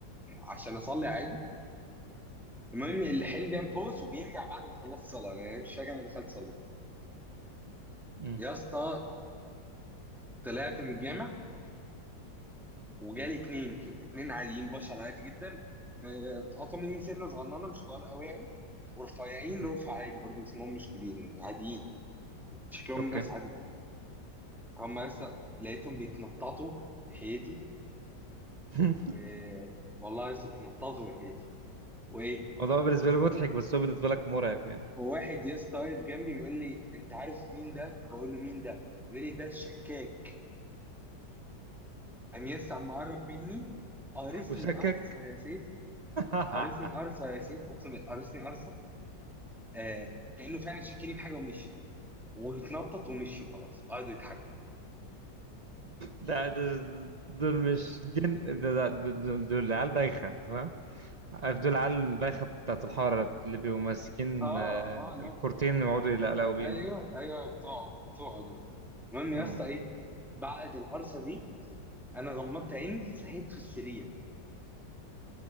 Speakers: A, in the centre; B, on the right (about 55°).
A: عشان اصلي عادي المهم الحلم بينام بوز وبيرجع بعد ما خلصت صلاه يعني مش فاكر انا دخلت صلي
B: مم.
A: يا اسطى طلعت من الجامع وجالي اتنين كده اتنين عاديين بشر عادي جدا آه، اتقطعوا مني سنه صغننه مش طوال قوي يعني ورفيعين
B: مم.
A: رفع عادي برضو اسمهم مش كبير يعني عاديين شكلهم
B: أوكي
A: ناس عادي هم لسه لقيتهم بيتنططوا ناحيتي
B: <laughs>
A: و... والله يا اسطى بتنططوا من هيتي وايه
B: الموضوع بالنسبة لي مضحك بس هو بالنسبة لك مرعب يعني
A: وواحد يا اسطى واقف جنبي بيقول لي انت عارف مين ده بقول له مين ده بيقول لي ده الشكاك قام يا اسطى عم قرب مني قارصني
B: وشكك
A: قرصه يا سيف
B: <laughs>
A: قارصني قرصه يا سيف اقسم بالله قارصني قرصه آه كانه فعلا شكني بحاجه ومشي واتنطط ومشي وخلاص وقعدوا يضحكوا
B: لا ده- دول مش جن ده- ده- دول دول عيال بايخة عارف دول عيال البايخة بتاعت الحارة اللي بيبقوا ماسكين
A: اه
B: آه،
A: اه لو
B: الكورتين ويقعدوا يلقلقوا بيهم
A: ايوه
B: دول
A: ايوه بتوعه بتوعه دول المهم
B: مم.
A: يا اسطى ايه بعد القرصه دي انا غمضت عيني صحيت في السرير